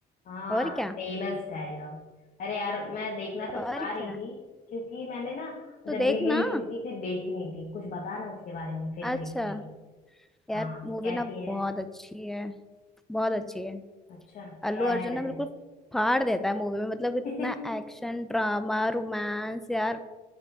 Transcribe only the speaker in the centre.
और क्या
और
क्या
तो
देख
ना
अच्छा
यार
मूवी
ना
बहुत अच्छी है बहुत अच्छी है
अल्लू
अर्जुन
ना बिल्कुल फाड़ देता है मूवी में मतलब इतना
एक्शन ड्रामा रोमांस यार